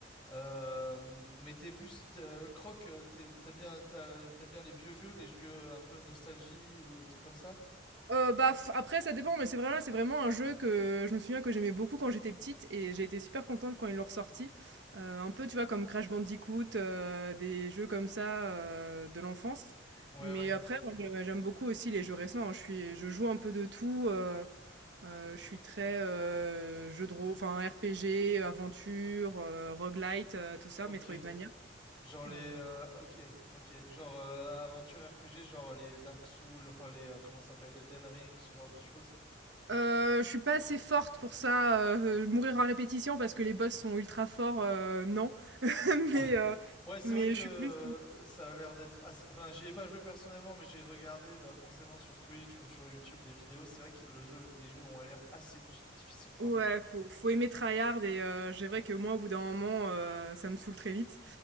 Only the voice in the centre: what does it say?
Euh, Mais t'es plus. de- Croc, euh, t'es- t'aimes bien, t'as- t'aimes bien les vieux jeux, les jeux un peu nostalgie ou les trucs comme ça?
Ouais,
ouais.
Ok.
Genre les...
euh, ok, ok. Genre euh, aventure RPG, genre les Dark Souls, enfin les... euh, comment ça s'appelle? Elden Ring, ce genre de choses.
<laughs>
Ouais, c'est
vrai que
euh,
ça a l'air d'être assez... Enfin, j'y ai pas joué personnellement, mais j'ai regardé bah, forcément sur Twitch ou sur YouTube des vidéos. C'est vrai que le jeu, les jeux ont l'air assez di- difficiles, quoi.